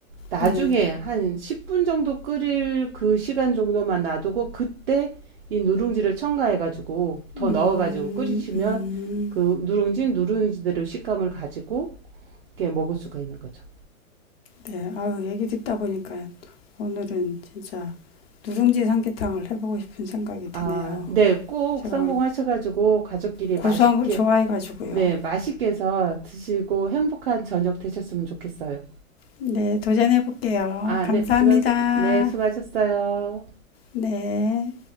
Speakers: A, on the right (about 45°); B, on the left (about 45°).
A: 나중에
B: 네.
A: 한 10분 정도 끓일 그 시간 정도만 놔두고 그때 이 누룽지를 첨가해가지고 더
B: 음,
A: 넣어가지고 끓이시면
B: 음,
A: 그 누룽지 누룽지대로 식감을 가지고 이렇게 먹을 수가 있는 거죠.
B: 네. 아유, 얘기 듣다 보니까 오늘은 진짜 누룽지 삼계탕을 해보고 싶은 생각이 드네요.
A: 아, 네, 꼭
B: 제가
A: 성공하셔가지고
B: 원래
A: 가족끼리
B: 고소한
A: 맛있게,
B: 걸 좋아해가지고요.
A: 네, 맛있게 해서 드시고 행복한 저녁 되셨으면 좋겠어요.
B: 네, 도전해볼게요.
A: 아,
B: 감사합니다.
A: 네, 수고, 네, 수고하셨어요.
B: 네.